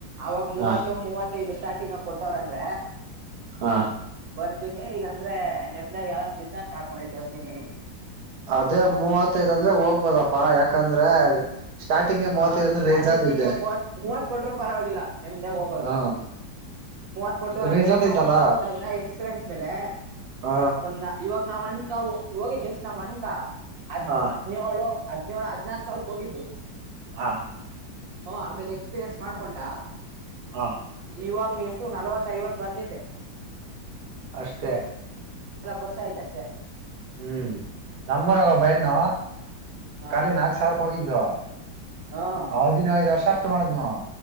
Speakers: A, on the right; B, on the right.
A: ಅವಾಗ ಮೂವತ್ತು
B: ಹ
A: ಮೂವತ್ತೈದು ಸ್ಟಾರ್ಟಿಂಗ್ ಆಗಿ ಕೊಟ್ಟವ್ರನ್್ರ
B: ಹಾ
A: ಬರ್ತೀನಿ ಇಲ್ಲಾಂದ್ರೆ ನಿಮ್ದಾಗ ಯಾವ್ದ್ ಬಿಸ್ನೆಸ್ ಮಾಡ್ಕೊಂಡಿಟ್ಟು ಹೋಗರ್ತೀನಿ
B: ಅದೇ ಮೂವತ್ತೈದ್ ಅಂದ್ರೆ ಹೋಗ್ಬೋದಪ್ಪಾ ಯಾಕಂದ್ರೆ ಸ್ಟಾರ್ಟಿಂಗ್ಗೆ ಮೂವತ್ತೈದ್
A: ಹಾ
B: ಅಂದ್ರೆ
A: ಸ್ಟಾರ್ಟಿಂಗ್ಗೆ
B: ರೈಸ್ ಆತೈತೆ
A: ಮೂವತ್ ಮೂವತ್ ಕೊಟರು ಪರವಾಗಿಲ್ಲ ನಿಮ್ದೇ ಹೋಗೋದು
B: ಹ
A: ಮೂವತ್ ಕೊಟ್ಟುವರ
B: ರೈಸ್
A: ಅಂದ್ರೆ
B: ಆತೈತಲ್ಲ
A: ಇನ್ನು ಹೋಗ್ತಾ ಹೋಗ್ತಾ ಇದ ಎಕ್ಸ್ಪೀರಿಯನ್ಸ್ ಮೇಲೆ
B: ಹ
A: ಒಂದ ಇವಾಗ ನಾವ್ಣ ಅಕ ಹೋಗಿದ್ದ್ ಎಷ್ಟಟ್ ನಾವ್ ಅನಕ ಹದ್ಿನೇಳು
B: ಹ
A: ಹದ್ಿನೇಳು ಹದ್ಿನಾರು ಸಾವಿರಕ್ಕೆ ಹೋಗಿದ್ದು
B: ಹ
A: ಅು ಆಮೇಲೆ ಎಕ್ಸ್ಪೀರಿಯನ್ಸ್ ಮಾಡ್ಕೊಂಟಾ
B: ಹ
A: ಇವಂಗ ಎಷ್ಟು ನಲ್ವತ್ತ ಐವತ್ ಬರ್ತತೆ
B: ಅಷ್ಟೇ
A: ವರ್ಷ ಆಯ್ತ ಅಷ್ಟೇ
B: ಹ್ಮ್ ನಮ್ಮರಗ ಬ್ಣ
A: ಹಾ
B: ಕಖಾಲ ನಾಕ್ ಸಾವಿರಕ್ಕೆ ಹೋಗಿದ್ದು
A: ಹಾ
B: ಹ ದಿನ ಐದು್ ವರ್ಷ ಮಾಡುದ್ನು